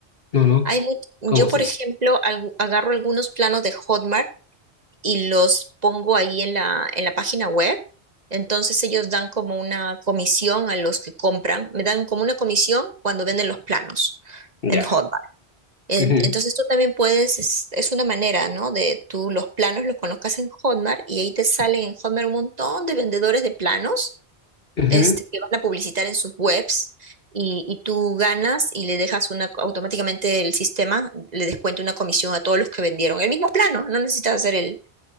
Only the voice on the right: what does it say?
Hay mu-
yo,
por
ejemplo, algu- agarro algunos planos de Hotmart y los pongo ahí en la, en la página web. Entonces ellos dan como una comisión a los que compran, me dan como una comisión cuando venden los planos
en Hotmart En-
Entonces tú también puedes, es, es una manera, ¿no? De tú los planos los conozcas en Hotmart y ahí te salen en Hotmart un montón de vendedores de planos
este, que van a publicitar en sus webs y, y tú ganas y le dejas una, automáticamente el sistema le descuenta una comisión a todos los que vendieron el mismo plano, no necesitas hacer el